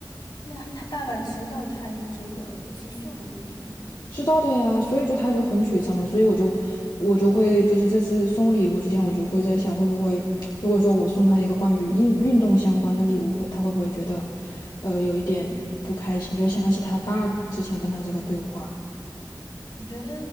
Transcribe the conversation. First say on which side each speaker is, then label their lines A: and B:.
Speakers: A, on the left; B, on the left.
A: 那他爸爸知道他有这个激素的问题吗？
B: 知道的呀，所以就他就很沮丧嘛，所以我就我就会就是这次送礼物之前，我就会在想会不会，如果说我送他一个关于运运动相关的礼物，会他会不会觉得，呃，有一点不开心，就想起他爸之前跟他这个对话。
A: 我觉得